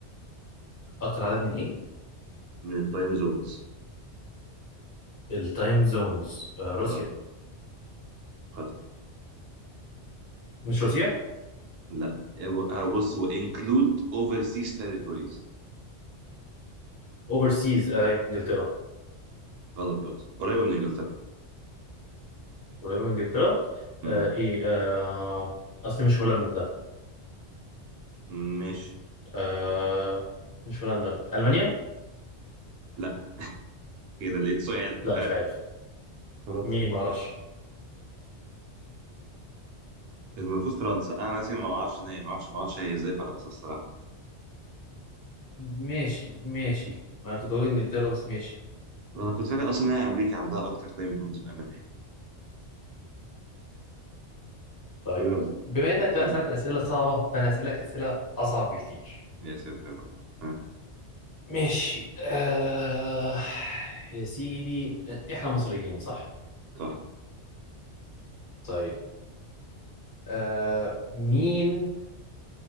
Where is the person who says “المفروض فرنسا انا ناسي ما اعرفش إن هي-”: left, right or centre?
Right